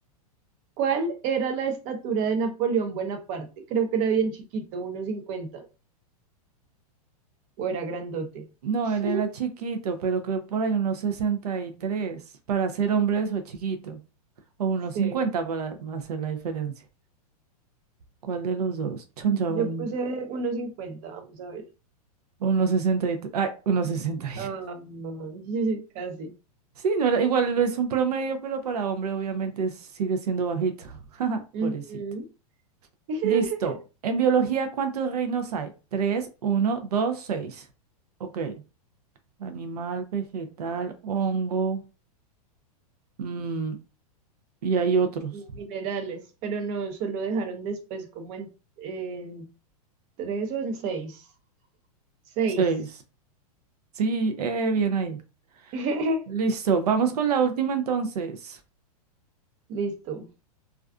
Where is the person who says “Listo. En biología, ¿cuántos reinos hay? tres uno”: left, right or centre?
Right